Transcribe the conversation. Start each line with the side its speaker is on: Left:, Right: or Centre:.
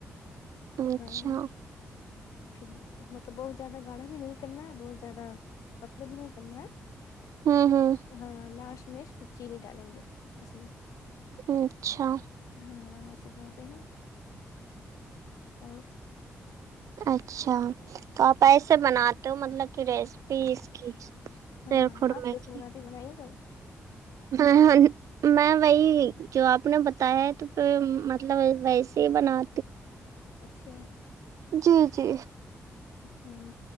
Right: اچھا
Left: ہاں پھر مطلب بہت زیادہ گاڑا بھی نہیں کرنا ہے بہت زیادہ پتلا بھی نہیں کرنا ہے
Right: ہوں ہوں
Left: ہاں لاسٹ میں پھر چینی ڈالیں گے اس میں
Right: ہمم اچھا
Left: ہاں ویسے بناتے ہیں اور
Right: اچھا تو آپ ایسے بناتے ہو مطلب کہ ریسیپی اس کی شیر
Left: ہاں
Right: خورمے
Left: آپ کیسے
Right: کی
Left: بناتی بنائیے گا
Right: ہاں ہاں میں وہی جو آپ نے بتایا ہے تو پ مطلب ویسے ہی بنا
Left: اچھا
Right: جی جی
Left: ہوں